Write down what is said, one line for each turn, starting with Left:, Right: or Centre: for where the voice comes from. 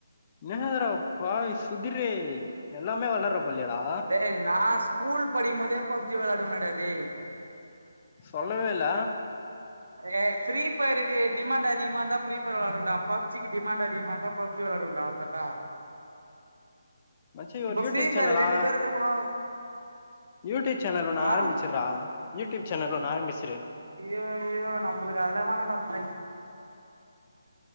Left: என்னடா பாவி சுகிரே எல்லாமே விளாடுற போலயே டா
Right: டேய் நா ஸ்கூல் படிக்கும் போதே பப்ஜி விளாடுவேனடா டேய்
Left: சொல்லவேல்ல
Right: ஏய் ஃப்ரீ ஃபயர்க்கு டிமாண்ட் அதிகமா இருந்தா ஃப்ரீ ஃபயர் விளாடுவே டா பப்ஜிக்கு டிமாண்ட் அதிகமா இருந்தா பப்ஜி விளாடுவே டா அவ்ளோ தான் டா
Left: மச்சி
Right: இப்ப
Left: ஒரு யூடியூப்
Right: ஃப்ரீ ஃபயர்
Left: சேனலா
Right: ரெண்டு பேரு இருக்குறாங்கோ
Left: யூடியூப் சேனல் ஒண்ணு
Right: ஆ
Left: ஆரம்பிச்சுறா யூடியூப் சேனல் ஒண்ணு ஆரம்பிச்சுரு
Right: ஐயயோ நம்மளுக்கு அதெல்லா வேணான்டாப்பா